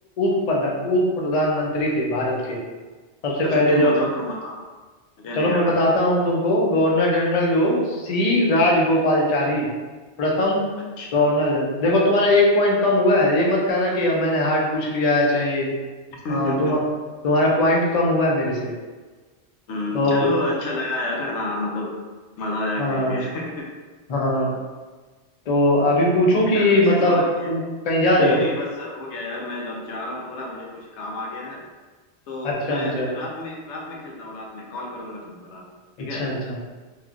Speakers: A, on the left (about 45°); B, on the left (about 85°).
A: उप प्रधान उप प्रधानमंत्री थे भारत के सबसे
B: अच्छा
A: पहले
B: तुम
A: जब
B: बताओ तुम बताओ मुझे
A: चलो
B: नहीं याद
A: मैं बताता
B: आ रहा
A: हूँ तुमको गवर्नर जनरल जो सी राजगोपालचारी प्रथम
B: अच्छा
A: गवर्नर जनरल देखो तुम्हारा एक पॉइंट कम हुआ है ये मत कहना कि मैंने हार्ड पूछ लिया है चाहे
B: <laughs>
A: हाँ तुम तुम्हारा पॉइंट कम हुआ है मेरे से
B: हम्म,
A: तो
B: चलो अच्छा लगा यार हाँ मतलब मजा आया
A: हाँ
B: खेल के <laughs>
A: हाँ हाँ,
B: हम्म,
A: तो अभी पूछूं कि
B: अच्छा, अच्छे
A: मतलब
B: सवाल किया
A: तुम कहीं जा रहे
B: नहीं
A: हो
B: नहीं बस हो गया यार मैं अब जा रहा हूँ थोड़ा मुझे कुछ काम आ गया है तो
A: अच्छा
B: मैं
A: अच्छा
B: रात में रात में खेलता हूँ रात में कॉल करूंगा तुमको रात में ठीक
A: अच्छा
B: है
A: अच्छा